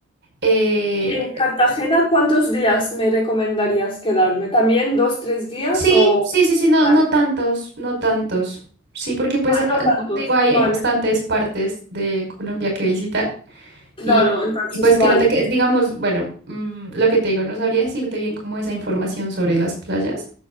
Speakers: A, on the right; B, on the left.
A: eh,
B: En Cartagena, ¿cuántos días me recomendarías quedarme? ¿También dos, tres días
A: Sí,
B: o...?
A: sí, sí, sí, no,
B: Vale,
A: no tantos, no tantos. Sí, porque pues,
B: Ah,
A: ah,
B: no tantos,
A: como te digo, hay,
B: vale.
A: hay bastantes partes de Colombia que visitar
B: Claro,
A: y,
B: entonces,
A: y pues
B: vale.
A: que no te quedes, digamos, bueno, mm, lo que te digo, no sabría decirte bien como esa información sobre las playas,